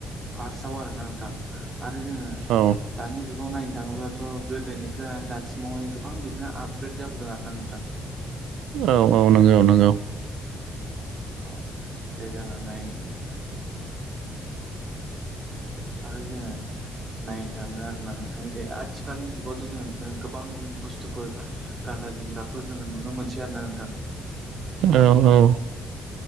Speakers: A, on the right (about 35°); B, on the right (about 85°).
A: फार्स्सआव आरोना नोंथां। आरो जोङो
B: औ औ
A: दानि जुग खौ नायनो थाङोब्लाथ' गोदोनिफ्राय दासिमावहाय गोबां बिदिनो आपग्रेद जाबोदों आरोना नोंथां ।
B: औ औ नोंगौ नोंगौ ।
A: औ जे जोङो नायनो <inaudible> आरो जोङो नायनो थाङो आरोना नोंथां जे आथिखालनि जुगावथ' जोङो बिदिनो गोबां बुस्थुफोर गा गानग्रा जोमग्राफोर जोङो नुनो मोनसै आरोना नोंथां ।
B: औ औ।